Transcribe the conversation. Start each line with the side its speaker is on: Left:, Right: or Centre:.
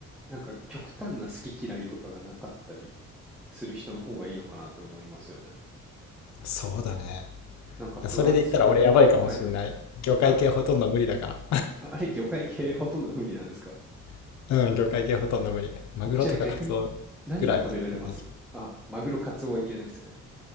Centre: なんか極端な好き嫌いとかがなかったりする人の方がいいのかなって思いますよね。
Left: そうだね。
Centre: なんか分厚い、
Left: それで言ったら俺やばいかもしんない。
Centre: はいはい。
Left: 魚介系ほとんど無理だから。
Centre: あ、あれ魚介系ほとんど無理なんですか
Left: <laughs> うん、魚介系ほとんど無理。マグロとかカツオぐらい。
Centre: じゃあ逆に何が食べられますあ、
Left: い
Centre: マグロ、カツオはいけないですよね。